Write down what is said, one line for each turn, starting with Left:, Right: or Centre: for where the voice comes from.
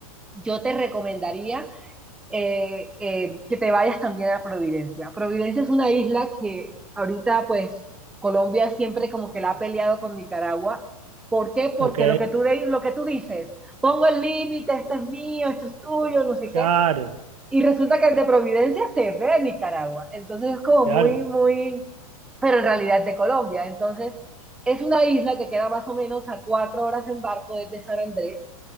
Centre: yo te recomendaría eh, eh, que te vayas también a Providencia. Providencia es una isla que ahorita pues Colombia siempre como que la ha peleado con Nicaragua. ¿Por qué? Porque
Right: Ok,
Centre: lo que tú, de- lo que tú dices, pongo el límite, esto es mío, esto es tuyo, no sé
Right: claro,
Centre: qué, y resulta que el de Providencia se ve en Nicaragua. Entonces es como
Right: claro,
Centre: muy, muy, pero en realidad es de Colombia. Entonces es una isla que queda más o menos a cuatro horas en barco desde San Andrés